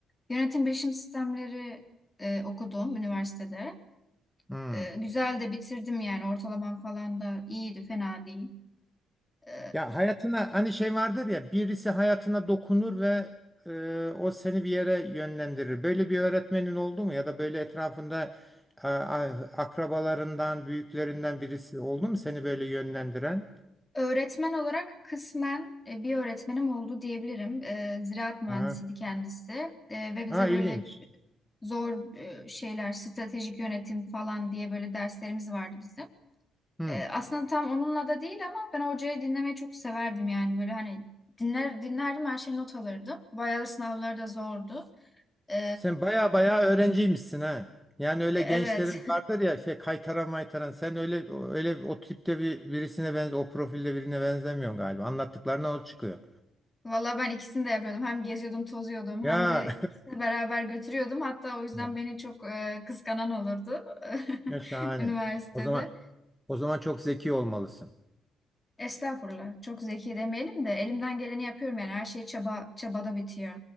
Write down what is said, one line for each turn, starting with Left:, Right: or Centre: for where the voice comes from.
Left: Yönetim bilişim sistemleri e, okudum üniversitede.
Centre: hı.
Left: E, güzel de bitirdim yani ortalamam falan da iyiydi, fena değil. E,
Centre: Ya hayatına hani şey vardır ya birisi hayatına dokunur ve e, o seni bir yere yönlendirir. Böyle bir öğretmenin oldu mu ya da böyle etrafında a- a- akrabalarından, büyüklerinden birisi oldu mu seni böyle yönlendiren?
Left: öğretmen olarak kısmen e, bir öğretmenim oldu diyebilirim. E, ziraat mühendisiydi
Centre: Ha,
Left: kendisi E, ve bize
Centre: ha ilginç.
Left: böyle zor e, şeyler, stratejik yönetim falan diye böyle derslerimiz vardı bizim.
Centre: Hı.
Left: E, aslında tam onunla da değil ama ben hocayı dinlemeyi çok severdim yani böyle hani dinler dinlerdim her şeyi not alırdım. Bayağı da sınavlar da zordu. E,
Centre: Sen baya baya öğrenciymişsin ha. Yani öyle
Left: E, Evet.
Centre: gençlerin vardır ya şey kaytaran maytaran sen öyle öyle o tipte bir birisine benze o profilde birine benzemiyorsun galiba. Anlattıklarına o çıkıyor.
Left: Valla ben ikisini de yapıyordum. Hem geziyordum, tozuyordum
Centre: Ya
Left: hem de ikisini beraber götürüyordum. Hatta o yüzden
Centre: <laughs>
Left: beni çok e, kıskanan olurdu <laughs>
Centre: ya şahane.
Left: üniversitede.
Centre: O zaman o zaman çok zeki olmalısın.
Left: Estağfurullah. Çok zeki demeyelim de elimden geleni yapıyorum yani. Her şey çaba çabada bitiyor.